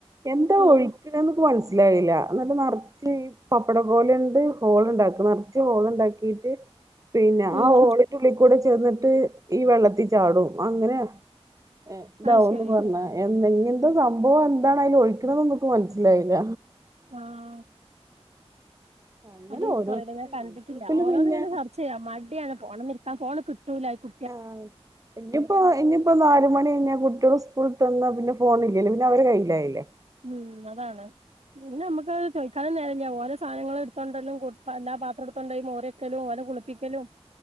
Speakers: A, on the right; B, on the right.
A: എന്താ
B: ആഹ്
A: ഒഴിക്കണെന്ന്പ്പ് മനസ്സി ലെഇല്ല എന്നിട്ട് നെറച്ചീ പപ്പടക്കോലുണ്ട് ഹോള്ളുണ്ടാക്ക് നെറ ച്ച് ഹോള്ണ്ടാക്കീറ്റ് പിന്ന
B: ഉം
A: ആ ഹോളിന്റുള്ളീക്കൂടെ ചെന്നിട്ട് ഈ വെള്ളത്തിച്ചാടും അങ്ങനെ എ ഇതാവന്ന്
B: അത് ശരി
A: പർഞ്ഞെ എന്നെ ഇങ്ങൻത്തെ സംഭവ എന്താണയിലൊഴിക്കണതെന്ന്ക്ക് മനസ്സിലായില്ല
B: ആഹ്
A: അങ്ങനെ
B: അതി
A: ഓരോരുത്തർ
B: കൊറെയൊക്കെ ഞാൻ കണ്ടിട്ടില്ല
A: യൂട്യൂബില്
B: ഓരോന്നിങ്ങന
A: പിന്നെ
B: സർച്ച് ചെയ്യാം മടിയാണ് ഫോണ്ന്നെടുത്ത ഫോണ് കിട്ടൂല ഇ കു
A: ആ ഇനിപ്പോ ഇനിയിപ്പോ നാല്മണി കയിഞ്ഞാ കുട്ട്യോളിസ് സ്‌കുളിട്ടുവാന്ന പിന്നെ ഫോണ് ഇല്ലേല്ലോ പിന്നെ അവരെ കയ്യില്ലായില്ലേ
B: ഉം അതാണ് പിന്നെ നമുക്കത് ചൊയ്ക്കാനും നേരം ഇല്ല ഓരോ സാനങ്ങൾ എടുത്തൊണ്ടെല്ലാം കൊടുത്താല പാത്രം എടുത്തോണ്ടയി മോര് ഇക്കലും ഓനെ കുളിപ്പിക്കലും